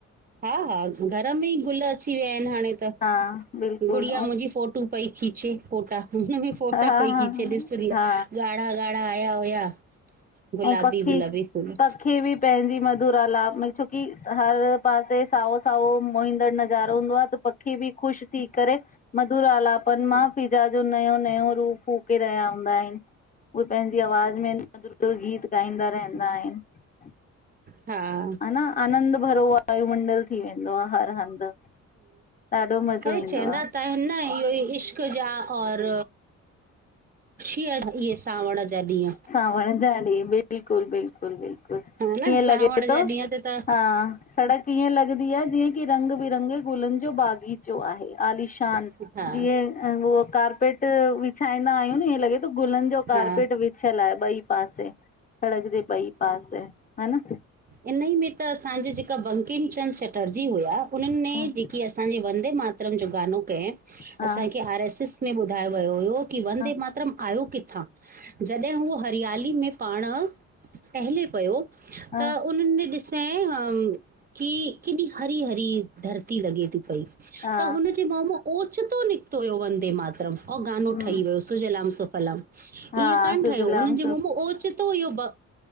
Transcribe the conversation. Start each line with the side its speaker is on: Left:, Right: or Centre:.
Right: हा-हा घर में ई गुल अची विया आहिन हाणे त,
Left: हा बिल्कुलु
Right: गुड़िया मुंहिंजी फोटू पई खीचे फ़ोटा, हुनमें
Left: ऐं
Right: फोटा
Left: हा
Right: पई
Left: हा
Right: खीचे, ॾिस रील
Left: हा
Right: ॻाढ़ा- ॻा़ढ़ा आया हुया। गुलाबी-गुलाबी
Left: ऐं पखी
Right: फूल।
Left: पखी बि पंहिंजी मधुरालाप में छोकी हर पासे साओ-साओ मोहंदड़ नज़ारो हूंदो आ त पखी बि ख़ुश थी करे, मधुर आलापन मां फिजा जो नयो-नयो रूप फूके रहिया हूंदा आहिन उहे पंहिंजी आवाज़ में मधुर मधुर गीत ॻाईंदा रहंदा आहिनि
Right: हा हम्म
Left: हना आनंद भरो वायुमंडल थी वेंदो आ हर हंधि ॾाढो मज़ो
Right: अरे चवंदा
Left: ईंदो आ
Right: त हिन इहो ई इश्क़ जा और ख़ुशीअ जा इहे सावण जा ॾींहं
Left: सावण जा ॾींहं बिल्कुलु, बिल्कुलु, बिल्कुलु
Right: हा न
Left: ईअं
Right: सावण
Left: लॻे थो
Right: जा ॾींहं ते त
Left: हा सड़क ईअं लॻदी आहे जीअं की रंग बिरंगे गुलनि जो बागीचो आहे आलीश शान
Right: हा
Left: जीअं उहो कारपेट विछाईंदा आहियूं न ईंहे लॻे थो गुलनि जो कार्पेट
Right: हा
Left: विछियल आहे ॿई पासे, सड़क जे ॿई पासे ह न
Right: इनही में त असांजे जेका बंकिमचंद चटर्जी हुया उन्हनि में
Left: हा
Right: जेकी असांजे वंदे मात तरम जो गानो कएं
Left: हा
Right: असांखे आर एस एस में ॿुधायो वियो हुयो कि वंदे
Left: हा
Right: मातरम आहियो किथां? जॾहिं हूअ हरियाली में पाण टहिले पयो
Left: हा
Right: त उन्हनि ने ॾिसें अं हम की केॾी हरी-हरी धरती लॻे थी पई
Left: हा
Right: त हुनजे मुंह मों ओचितो निकितो हुयो वंदे मातरम अंऊँ गानो
Left: हम्म
Right: ठही वियो सुजलाम सुफलाम
Left: हा
Right: ईअं कान
Left: सुजलाम
Right: ठहियो उन्हनि जे मुंह मों ओचितो इहो ब